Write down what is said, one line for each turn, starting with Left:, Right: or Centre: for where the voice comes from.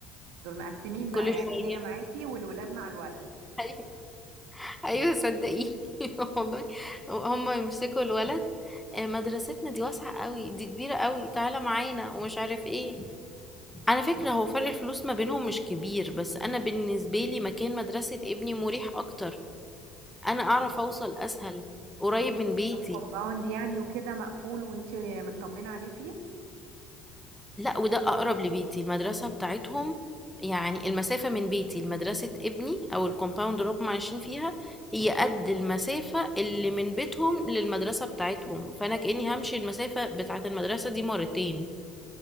Right: دول مقسمين بقى
Centre: كل
Right: يعني
Centre: شويه
Right: هي معاكي والولاد مع الولد
Centre: ايوه أيوة صدقيني <laughs> والله هم يمسكوا الولد آه، مدرستنا دي واسعه قوي دي كبيره قوي تعالى معانا ومش عارف ايه على فكره هو فرق الفلوس ما بينهم مش كبير بس انا بالنسبه لي مكان مدرسه ابني مريح اكتر انا اعرف
Right: عشان
Centre: اوصل اسهل قريب
Right: عشان تقصدي
Centre: من بيتي
Right: انه في كومباوند يعني وكده مقفول وانت مطمنة عليه فيه
Centre: لا وده اقرب لبيتي المدرسة بتاعتهم يعني المسافة من بيتي لمدرسة ابني او الكومباوند اللي هم عايشين فيها هي قد المسافة اللي من بيتهم للمدرسة بتاعتهم فانا كأني همشي المسافة بتاعت المدرسة دي مرتين